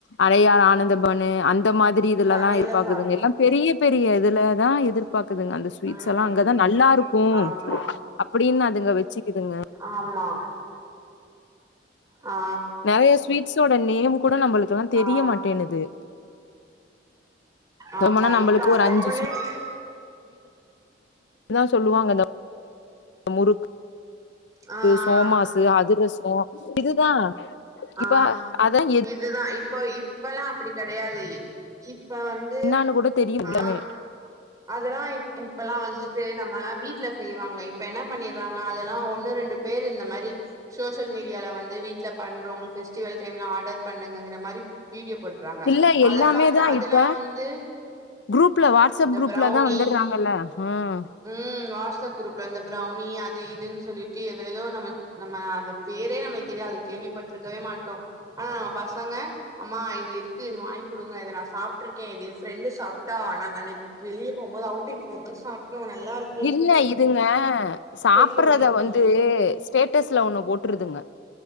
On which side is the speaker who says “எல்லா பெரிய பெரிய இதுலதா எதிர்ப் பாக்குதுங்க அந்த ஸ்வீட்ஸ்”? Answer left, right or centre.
Left